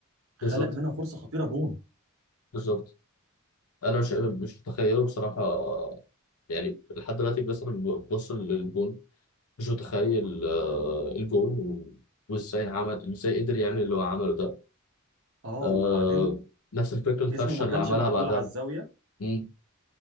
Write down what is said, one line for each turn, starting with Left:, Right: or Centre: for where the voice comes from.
Right: خلق
Left: بالظبط
Right: منها فرصة خطيرة جون
Left: بالظبط أنا مش مش متخيله بصراحة يعني لحد دلوقتي مثلا ببص للجون مش متخيل آه، الجون وازاي عمل ازاي قدر يعمل اللي هو عمله ده
Right: اه
Left: آه،
Right: وبعدين
Left: نفس الفكرة الفرشة
Right: جسمه ما
Left: اللي
Right: كانش
Left: عملها
Right: معدول
Left: بعدها
Right: على الزاوية
Left: مم.